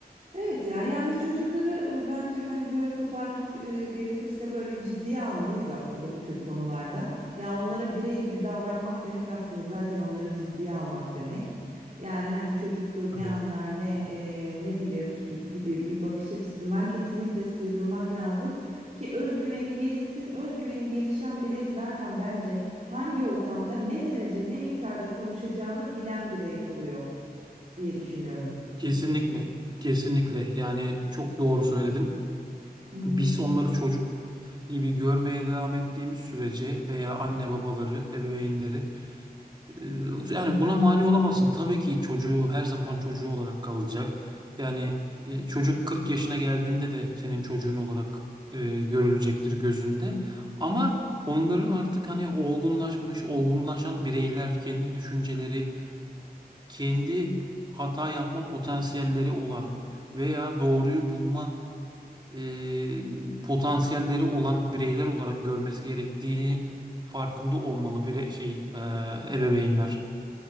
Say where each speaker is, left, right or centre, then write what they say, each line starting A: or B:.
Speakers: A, on the right (about 45°); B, on the right (about 25°).
A: Evet ya yani çocukları e, bence hani böyle toparlamak e, gerekirse böyle ciddiye almalıyız aslında bu tür konularda. Ya onlara birey gibi davranmak demek aslında zaten onları ciddiye almak demek. Yani hani çocuktur ne
B: Tabii.
A: anlar ne e, ne bilir gibi bir bakış açısından kesinlikle sıyrılmak lazım ki özgüveni gelişsin. Özgüveni gelişen birey zaten bence hangi ortamda ne derece ne miktarda konuşacağını bilen birey oluyor diye düşünüyorum.
B: Kesinlikle. Kesinlikle. Yani çok doğru söyledin.
A: Hı hı.
B: Biz onları çocuk gibi görmeye devam ettiğimiz sürece veya anne babaları, ebeveynleri Ee, Yani buna mani olamazsın. Tabii ki çocuğu her zaman çocuğu olarak kalacak. Yani e, çocuk 40 yaşına geldiğinde de senin çocuğun olarak e, görülecektir gözünde. Ama onların artık hani olgunlaşmış, olgunlaşan bireyler kendi düşünceleri, kendi hata yapma potansiyelleri olan veya doğruyu bulma e, potansiyelleri olan bireyler olarak görmesi gerektiğini farkında olmalı bir şey e, ebeveynler.